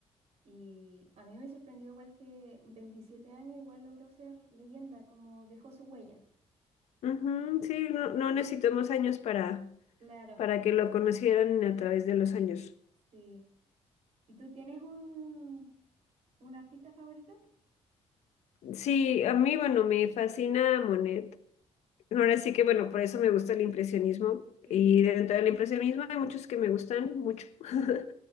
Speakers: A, on the right (about 65°); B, on the left (about 75°).
A: Y a mí me sorprendió igual que 27 años igual logró ser leyenda, como dejó su huella.
B: Ujú, Sí, no, no necesitamos años para,
A: Claro,
B: para que lo conocieran a través de los años.
A: sí. ¿Y tú tienes un, un artista favorito?
B: Sí, a mí, bueno, me fascina Monet. Ahora sí que, bueno, por eso me gusta el impresionismo.
A: Sí,
B: Y dentro del impresionismo hay muchos que me gustan mucho. <laughs>